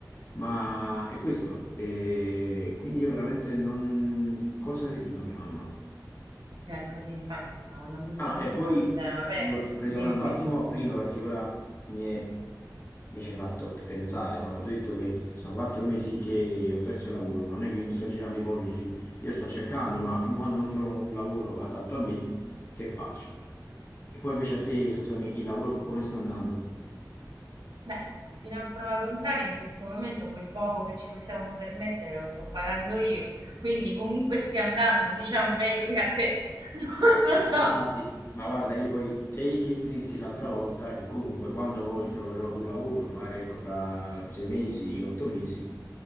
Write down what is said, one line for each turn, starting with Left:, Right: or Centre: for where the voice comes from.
Left: ma è questo. E quindi io veramente non... Cosa le dico a mia mamma?
Right: Eccoci, infatti stavo andando veramente
Left: Ah, e poi
Right: fuori tema. Vabbè,
Left: ri- ritornando
Right: dimmi.
Left: un attimo a prima, perché ora mi è- mi ci hai fatto pensare quando ti ho detto che sono quattro mesi che ho perso il lavoro, ma non è che io mi sto girando i pollici, io sto cercando, ma fin quando non trovo un lavoro adatto a me, che faccio? E poi invece a te, scusami, il lavoro co- come sta andando?
Right: Beh, fino a prova contraria, in questo momento quel poco che ci possiamo permettere lo sto pagando io, quindi comunque stia andando, diciamo, meglio che a te. <laughs> Non lo so.
Left: Ma infatti, ma guarda, io poi che, che ti dissi l'altra volta che comunque quando poi troverò un lavoro, magari ecco fra sei mesi, otto mesi,